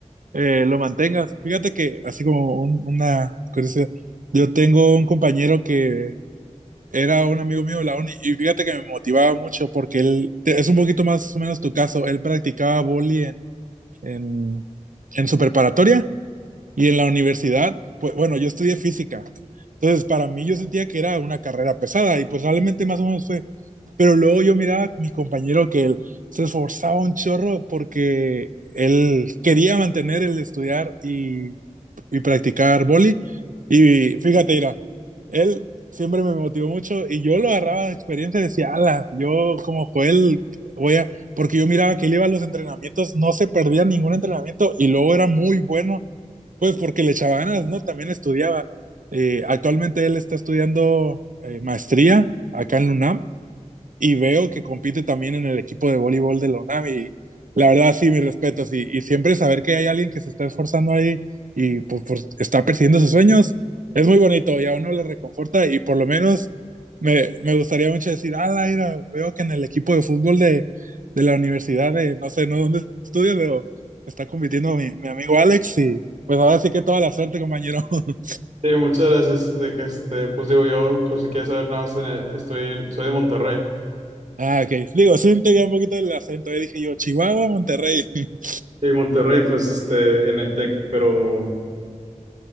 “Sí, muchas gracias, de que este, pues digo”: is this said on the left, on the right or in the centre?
Right